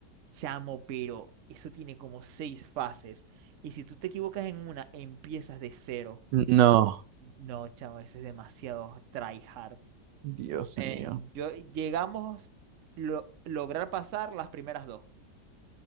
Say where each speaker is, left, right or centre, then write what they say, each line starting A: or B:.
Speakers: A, on the right; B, on the right.
A: Chamo, pero eso tiene como seis fases. Y si tú te equivocas en una, empiezas de cero.
B: No.
A: No, chamo, eso es demasiado tryhard.
B: Dios
A: Ven,
B: mío.
A: yo llegamos lo, lograr pasar las primeras dos.